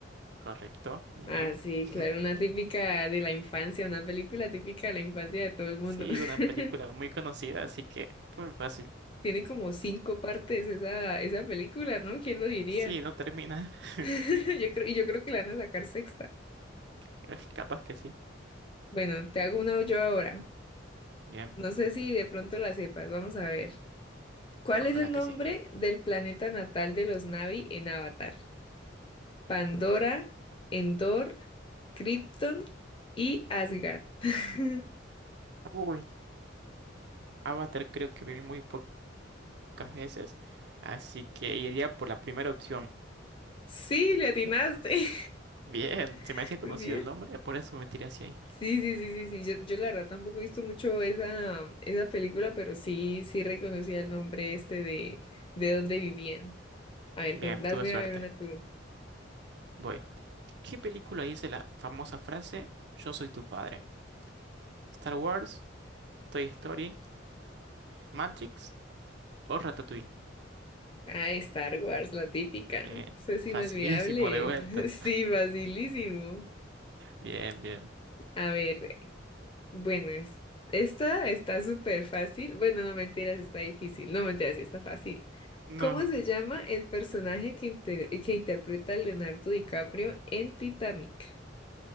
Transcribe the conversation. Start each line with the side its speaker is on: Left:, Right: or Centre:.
Right: Correcto, bien.
Left: Ah, sí,
Right: <laughs>
Left: claro, una típica de la infancia, una película típica de la infancia de todo el mundo.
Right: Sí,
Left: <laughs>
Right: una película muy conocida, así que fue fácil.
Left: Tiene como cinco partes esa, esa película, ¿no? ¿Quién lo diría?
Right: Sí, no termina. <laughs>
Left: <laughs> Yo creo, y yo creo que la van a sacar sexta.
Right: pero es Capaz que sí.
Left: Bueno, te hago una yo ahora.
Right: Bien,
Left: No sé si de pronto la sepas, vamos a ver. ¿Cuál
Right: ojalá
Left: es el nombre
Right: que sí.
Left: del planeta natal de los Na'vi en Avatar? Pandora, Endor, Krypton y Asgard. <laughs>
Right: Uy, Avatar creo que vi muy po- pocas veces, así que iría por la primera opción.
Left: Sí, le atinaste.
Right: Bien, se
Left: <laughs>
Right: me hacía conocido
Left: Muy Bien.
Right: el nombre, por eso me tiré hacia ahí.
Left: Sí, sí, sí, sí, sí. Yo, yo la verdad tampoco he visto mucho esa, esa película, pero sí, sí reconocía el nombre este de, de dónde vivían. A ver,
Right: Bien,
Left: contásme
Right: tuve suerte.
Left: a ver una tú.
Right: Voy. ¿Qué película dice la famosa frase Yo soy tu padre? ¿Star Wars, Toy Story, Matrix o Ratatouille?
Left: Ah, Star Wars, la típica.
Right: Bien,
Left: Eso es
Right: facilísimo
Left: inolvidable.
Right: de vuelta.
Left: <laughs> Sí, facilísimo.
Right: Bien, bien.
Left: A ver. Bueno, es, esta está súper fácil. Bueno, no mentiras, está difícil. No mentiras, sí está fácil.
Right: No,
Left: ¿Cómo se llama el personaje que, inter- que interpreta Leonardo DiCaprio en Titanic?